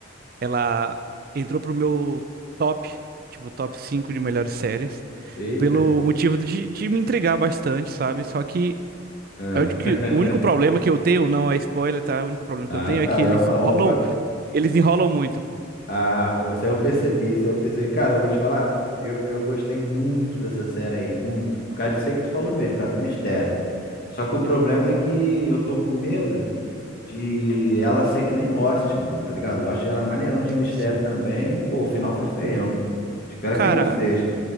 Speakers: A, on the right; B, on the left.
A: Ela entrou pro meu top, tipo, top 5 de melhores séries,
B: eita.
A: pelo motivo de, de me entregar bastante, sabe? Só que
B: Ah.
A: eu acho que
B: <laughs>
A: o único problema que eu tenho, não é spoiler, tá? O único problema
B: Ah,
A: que eu tenho
B: tá.
A: é que
B: Eu
A: eles
B: ia falar,
A: enrolam,
B: opa.
A: eles enrolam muito, pô.
B: Ah, pô, isso aí eu percebi, isso aí eu percebi. Cara, eu vou te falar, eu, eu gostei muito dessa série aí, muito. Por causa disso aí que tu falou mesmo, por causa do mistério. Só que o problema é que eu tô com medo de ela ser que nem Lost, mano, tá ligado? Lost era maneirão de
A: Sim,
B: mistério
A: sim.
B: também, e, pô, o final foi feião. Espero
A: Cara,
B: que ele não seja.